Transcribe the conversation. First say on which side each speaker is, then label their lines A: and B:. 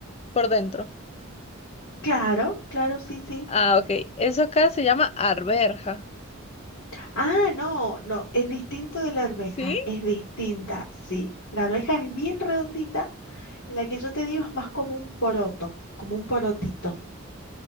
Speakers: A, on the left (about 30°); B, on the left (about 70°).
A: Por dentro.
B: Claro, claro, sí, sí.
A: Ah, ok. Eso acá se llama arberja.
B: Ah, no, no, es distinto de la arveja,
A: ¿Sí?
B: es distinta, sí. La arveja es bien redondita, la que yo te digo es más como un poroto, como un porotito.